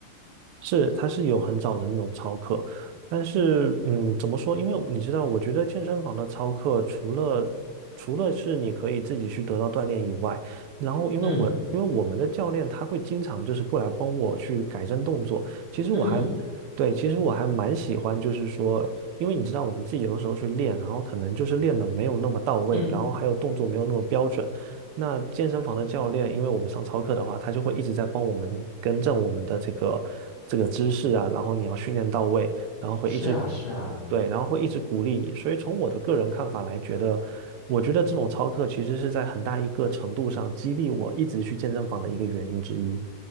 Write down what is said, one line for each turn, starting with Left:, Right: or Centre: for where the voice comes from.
Right: 是，它是有很早的那种操课，但是，嗯，怎么说？因为你知道，我觉得健身房的操课除了除了是你可以自己去得到锻炼以外，然后因为我因为我们的教练他会经常就是过来帮我去改正动作，
Left: 嗯
Right: 其实我还对，
Left: 嗯
Right: 其实我还蛮喜欢，就是说，因为你知道我们自己有的时候去练，然后可能就是练的没有那么到位，
Left: 嗯，
Right: 然后还有动作没有那么标准。那健身房的教练，因为我们上操课的话，他就会一直在帮我们更正我们的这个这个姿势啊，然后你要训练到位，然后会一直
Left: 是啊是啊。
Right: 对，然后会一直鼓励你。所以从我的个人看法来觉得，我觉得这种操课其实是在很大一个程度上激励我一直去健身房的一个原因之一。